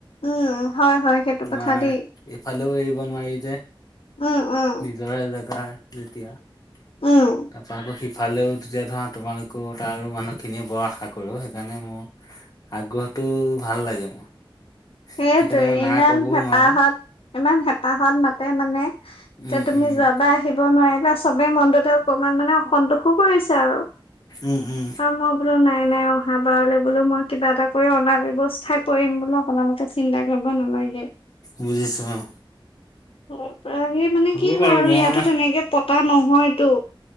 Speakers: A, on the left; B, on the left.
A: উম হয় হয়। সেইটো
B: তোমাৰ
A: কথা দেই
B: এইফালেও এৰিব নোৱাৰি যে
A: উম উম
B: নিজৰ জেগাৰ। যেতিয়া তাৰ
A: উম
B: পৰা আকৌ সি ফালেও তেতিয়া ধৰা তোমালোকে তাৰ আৰু মানুহখিনিয়ে বৰ আশা কৰ সেইকাৰণে মোৰ, আগ্ৰহটো ভাল লাগে মোৰ।
A: সেইটোৱে
B: সেইকাৰণে মই না
A: ইমান
B: ক'বও
A: হেপাহত
B: নোৱাৰো
A: ইমান হেপাহত মাতে মানে।
B: উম
A: তেতিয়া তুমি
B: উম
A: যাবাই। উঠিব নোৱাৰিলে চবে মনটোতে অকমান মানে অসন্তোষো কৰিছে আৰু
B: উম উম
A: ত মই, বোলো নাই নাই অহা বাৰলৈ বোলো মই কিবা এটা কৰি অনা ব্যৱস্থা কৰিম বোলো। আপোনালোকে চিন্তা কৰিব নালাগে।
B: বুজিছোঁ অ'।
A: তাৰ পৰা সেই মানে
B: হ'ব
A: কি
B: বাৰু
A: হয় আৰু
B: মই
A: ইয়াতো তেনেকে পতা নহয়তো।